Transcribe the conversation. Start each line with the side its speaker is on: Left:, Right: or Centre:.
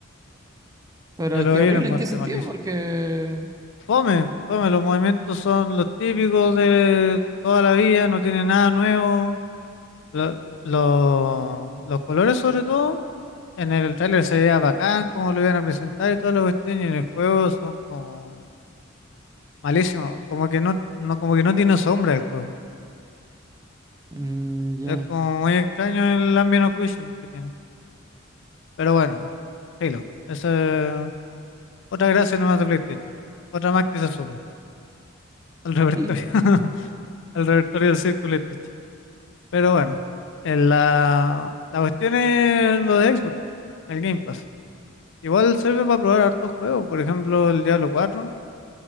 Right: Pero
Left: Ya
Right: es
Left: lo
Right: que
Left: vi,
Right: horrible,
Left: lo encontré
Right: ¿en qué sentido?
Left: malísimo.
Right: Porque...
Left: Fome, fome. Los movimientos son los típicos de toda la vida, no tiene nada nuevo. Lo- lo- los colores, sobre todo, en el tráiler se veía bacán, como lo iban a presentar y todas las cuestiones. Y en el juego son como malísimos. Como que no, no, como que no tiene sombra el juego,
Right: mm, ya.
Left: Es como muy extraño el ambient occlusion que tiene. Pero bueno, Halo Esa es otra gracia nomás de PlayStation. Otra más que se suma al repertorio,
Right: <laughs>
Left: <laughs> al repertorio del círculo PlayStation. Pero bueno, en la, la cuestión es lo de Xbox, el Game Pass. Igual sirve para probar hartos juegos. Por ejemplo, el Diablo cuatro